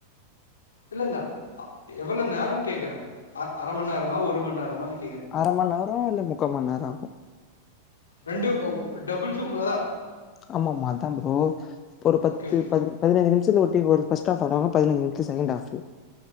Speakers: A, on the left; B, on the left.
A: இல்ல இல்ல எவ்வளவு நேரோனு கேக்குறே அ அரமண் நேரமா ஒரு மண் நேரமான்
B: அர மண் நேரம் இல்ல முக்கா மண் நேரம் ஆகு
A: ரெண்டு டபுள்சு <unintelligible>
B: ஆமா ஆமா அதா ப்ரோ ஒரு பத்து
A: ஓகே, ஓகே.
B: ப பதினஞ்சு நிமிஷத்துக் ஒரு டீம் வருது ஃபர்ஸ்ட் ஆஃப் ஆடுவாங் பதினஞ்சு நிமிஷ செகண்ட் ஆஃப்